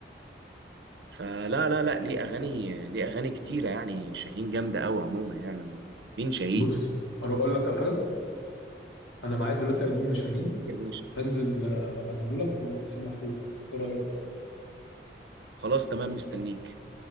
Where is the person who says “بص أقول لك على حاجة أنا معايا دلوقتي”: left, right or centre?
Left